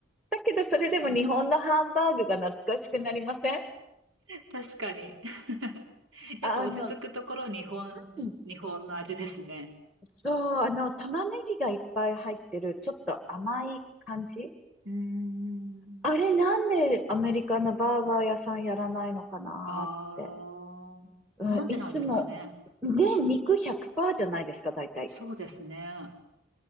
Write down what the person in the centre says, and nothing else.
だけどそれでも日本のハンバーグが懐かしくなりません
あの、うん
そう、あの、玉ねぎがいっぱい入ってる、ちょっと甘い感じ
あれなんでアメリカのバーガー屋さんやらないのかなって。
うん、
いつも、で、肉100%じゃないですか、大体。